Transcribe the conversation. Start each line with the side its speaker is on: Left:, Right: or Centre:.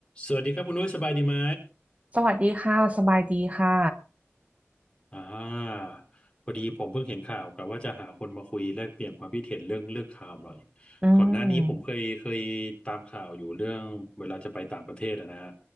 Left: สวัสดีครับคุณนุ้ยสบายดีไหม
Right: สวัสดีค่ะ สบายดีค่ะ
Left: อ่าพอดีผมเพิ่งเห็นข่าวกับว่าจะหาคนมาคุยแลกเปลี่ยนความคิดเห็นเรื่องเลือกข่าวหน่อย
Right: อืม
Left: ก่อนหน้านี้ผมเคยเคยตามข่าวอยู่เรื่องเวลาจะไปต่างประเทศอะนะฮะ